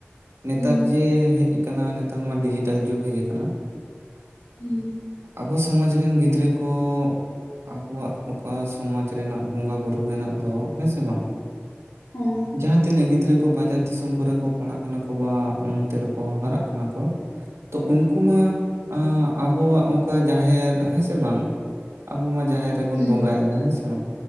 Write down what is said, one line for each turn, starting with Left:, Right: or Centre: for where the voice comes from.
Right: ᱱᱮᱛᱟᱨ
Left: ᱦᱮᱸ
Right: ᱡᱮ ᱦᱮᱡ ᱠᱟᱱᱟ ᱱᱮᱛᱟᱨ ᱢᱟ ᱰᱤᱡᱤᱴᱮᱞ ᱡᱩᱜᱽ ᱦᱮᱡ ᱟᱠᱟᱱᱟ᱾
Left: ᱦᱩᱸ
Right: ᱟᱵᱚ ᱥᱚᱢᱟᱡᱽ ᱨᱤᱱ ᱜᱤᱫᱽᱨᱟᱹ ᱠᱚ ᱟᱵᱚᱣᱟᱜ ᱚᱠᱟ ᱥᱚᱢᱟᱡᱽ ᱨᱮᱱᱟᱜ ᱵᱚᱸᱜᱟ ᱵᱩᱨᱩ ᱦᱮᱱᱟᱜ ᱫᱚ ᱦᱮᱸ ᱥᱮ ᱵᱟᱝ
Left: ᱦᱩᱸ
Right: ᱡᱟᱦᱟᱸ ᱛᱤᱱᱟᱹᱜ ᱜᱤᱫᱽᱨᱟᱹ ᱠᱚ ᱵᱟᱡᱟᱨ ᱫᱤᱥᱚᱢ ᱠᱚᱨᱮ ᱠᱚ ᱯᱟᱲᱦᱟᱜ ᱠᱟᱱᱟ ᱠᱚ ᱵᱟᱝ ᱚᱱᱛᱮ ᱨᱮᱠᱚ ᱦᱟᱨᱟᱜ ᱠᱟᱱᱟ ᱠᱚ ᱛᱚ ᱩᱱᱠᱩ ᱢᱟ ᱟᱵᱚᱣᱟᱜ ᱚᱱᱠᱟ ᱡᱟᱦᱮᱨ ᱦᱮᱸ ᱥᱮ ᱵᱟᱝ ᱟᱵᱚ ᱢᱟ ᱡᱟᱦᱮᱨ ᱨᱮ ᱵᱚᱱ
Left: ᱦᱮᱸ
Right: ᱵᱚᱸᱜᱟ ᱭᱮᱜᱼᱟ ᱦᱮᱸ ᱥᱮ ᱵᱟᱝ